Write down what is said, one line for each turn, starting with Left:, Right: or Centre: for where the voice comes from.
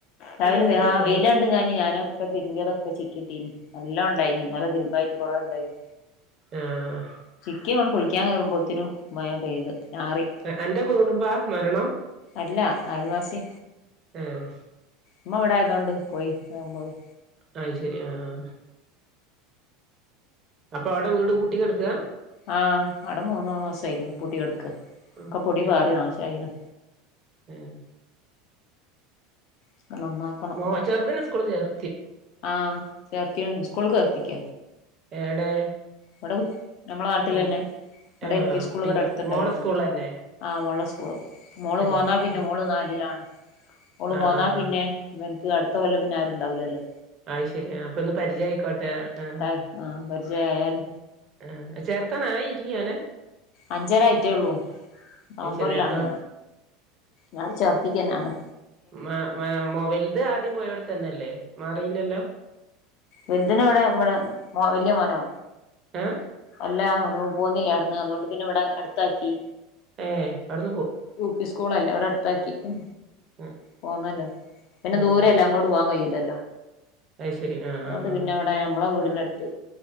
Right: ഇപ്പൊ
Left: രാവിലെആ
Right: നല്ല മൂടാ
Left: വെയിലാണ്ട് ഞാന് ഞാനൊക്കെ തിര്മ്പി അതൊക്കെ ചിക്കിട്ടി നി നല്ലോ ണ്ടായ്നീ ഇന്നലെ തിരുമ്പായിട്ട് കൊറേ ഇണ്ടായിന്
Right: ഏഹ്
Left: ചിക്കി ഞാൻ കുളിക്കാൻ കേറുമ്പോത്തിനും മഴ പെയ്ത് ഞാറി.
Right: അന്റെ കുടുംബാ മരണം.
Left: അല്ല അയൽവാസി
Right: ആഹ്
Left: ഉമ്മ ഇവ്‌ടായതോണ്ട് പോയി വേം പോയി.
Right: അയ് ശരി ആഹ് ആഹ് അപ്പൊ അവ്ടെ വീട് പൂട്ടി കെടക്ക.
Left: ആഹ് അവ്ടെ മൂന്നാം മാസായില്ലേ പൂട്ടികെടക്ക
Right: ഉം
Left: ക്കെ പൊടി
Right: ഏഹ്
Left: പാറി നാശായിണ്.
Right: ഏഹ്
Left: ഒക്കെ നന്നാക്കണം
Right: മോ ചെർതിനെ സ്കൂളി ചേർ
Left: ആഹ് ചേർത്തീണ്. സ്കൂൾക്ക് ചേർത്തിക്ക
Right: ഏടെ
Left: ഇവടെ ഉ നമ്മളെ നാട്ടിലന്നെ
Right: ഉം
Left: ഇവിടെ
Right: ആഹ്
Left: എൽ പി സ്കൂള്
Right: പിന്നെ
Left: ഇവിടെ അടുത്ത്ണ്ടല്ലോ
Right: മോളെ സ്കൂളിലെന്നെ
Left: ആഹ് മോള സ് മോള്
Right: ഏഹ്
Left: പോന്നാ പിന്നെ
Right: ഉം
Left: മോള് നാലിലാണ്. ഓള്
Right: ആഹ്
Left: പോന്നാ
Right: ആഹ്
Left: പിന്നെ
Right: ആഹ്
Left: വ ക്ക് അടുത്ത കൊല്ലം പിന്ന ആരുണ്ടാവില്ലല്ലോ.
Right: ആത് ശരിയാ അപ്പൊ ഒന്ന് പരിചയായിക്കോട്ടെ ആഹ്.
Left: ത പരിചയായാല്
Right: ആഹ് ചേർത്താൻ ആയില്യോനെ.
Left: അഞ്ചര ആയിറ്റേള്ളൂ നവംബറിലാണ്
Right: അയ് ശരി നേരത്തെ
Left: ഞാൻ ചേർത്തി ദന്യാണ്.
Right: മാ മാ മോവേൽത് ആദ്യം പോയോടത്ത് തന്നെ അല്ലേ മാറീല്ലല്ലോ
Left: വെൽതിനിവിടെ ഇവിടെ മോ വല്യ മോനോ
Right: ഏഹ്
Left: അല്ല ഓന് പോകുന്നില്ലാര്ന്ന് അതുകൊണ്ട് പിന്നെ ഇവിടെ അടുത്താക്കി.
Right: ഏഹ് അടു
Left: യു പി സ്കൂളല്ലേ ഇവിടെ അടുത്താക്കി ഉം
Right: ഉം
Left: പോവല്ലേ പിന്നെ
Right: ഏഹ്
Left: ദൂരെ അല്ലേ അങ്ങോട്ട് പോകാൻ കഴിയുല്ല
Right: അയ് ശരി ആഹ്
Left: അതുകൊണ്ട്
Right: ആഹ് ആഹ്
Left: പിന്നെ എവിടെ നമ്മളെ വീടിന്റെ അടുത്ത്